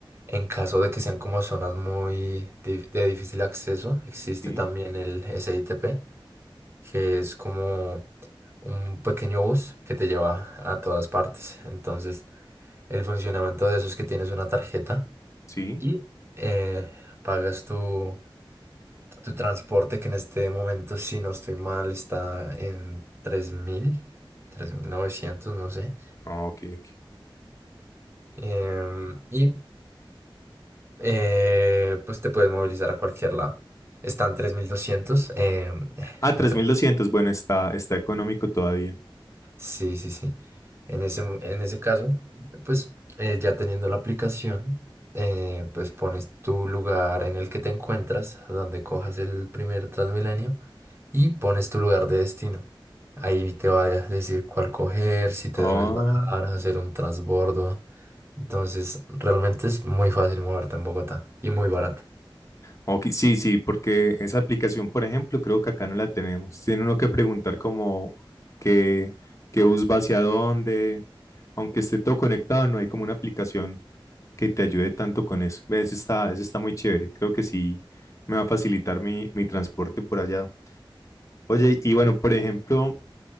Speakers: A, on the right (about 30°); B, on the left (about 35°).
A: en caso de que sean como zonas muy dif- de difícil acceso, existe
B: sí,
A: también el SITP, que es como un pequeño bus que te lleva a todas partes. Entonces, el funcionamiento de eso es que tienes una tarjeta
B: sí.
A: y eh, pagas tu, tu transporte, que en este momento, si no estoy mal, está en tres tres mil tres mil novecientos no sé.
B: ah, ok, ok.
A: Em, y eh, pues te puedes movilizar a cualquier lado. Están 3200. eh, <laughs>
B: Ah, 3200,
A: acá-
B: bueno, está, está económico todavía.
A: sí, sí, sí. En ese, mo- en ese caso, pues eh, ya teniendo la aplicación, eh, pues pones tu lugar en el que te encuentras, donde cojas el primer Transmilenio y pones tu lugar de destino. Ahí te va a decir cuál coger, si te
B: Oh,
A: debes bajar, hacer un transbordo. Entonces, realmente es muy fácil moverte en Bogotá y muy barato.
B: ok, sí, sí, porque esa aplicación, por ejemplo, creo que acá no la tenemos. Tiene uno que preguntar como qué, qué bus va hacia dónde. Aunque esté todo conectado, no hay como una aplicación que te ayude tanto con eso. Ve, Ese está, ese está muy chévere. Creo que sí me va a facilitar mi, mi transporte por allá. Oye, y bueno, por ejemplo,